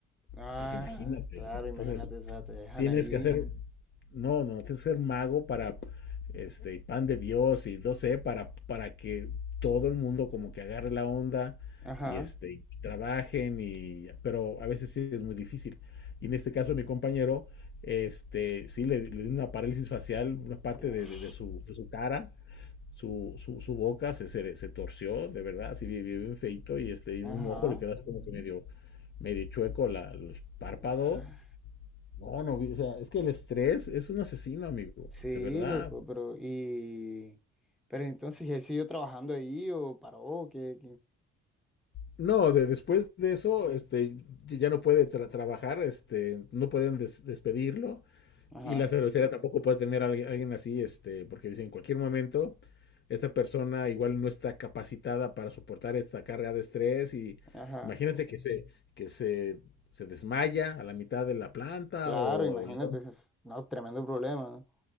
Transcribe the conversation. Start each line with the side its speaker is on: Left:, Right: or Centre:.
Centre: Ah,
Left: Entonces imagínate,
Centre: claro,
Left: sí. entonces
Centre: imagínate, o te dejan
Left: tienes
Centre: ahí.
Left: que hacer no, no, tienes que ser mago para, este, y pan de Dios y no sé, para, para que todo el mundo como que agarre la onda
Centre: Ajá.
Left: y este, y trabajen y, pero a veces sí es muy difícil. Y en este caso mi compañero, este, sí le, le dio una parálisis facial, una parte
Centre: Uf.
Left: de, de- de su, de su cara, su, su, su boca se, se, se torció, de verdad, así bien, bien bien feito y este, y
Centre: Ajá.
Left: un ojo le quedó así como que medio, medio chueco la, el párpado
Centre: Guau.
Left: no, no, vi- o sea, es que el estrés es un asesino, amigo,
Centre: Sí,
Left: de verdad.
Centre: loco, pero y pero entonces él siguió trabajando ahí o paró, que
Left: No, de- después de eso, este, ya ya no puede tra- trabajar, este, no pueden des- despedirlo
Centre: Ajá.
Left: y la cervecería tampoco puede tener a alguien, alguien así, este, porque dicen, en cualquier momento esta persona igual no está capacitada para soportar esta carga de estrés y
Centre: Ajá.
Left: imagínate que se, que se, se desmaya a la mitad de la planta
Centre: Claro,
Left: o
Centre: imagínate,
Left: le da un,
Centre: es no, tremendo problema, ¿no?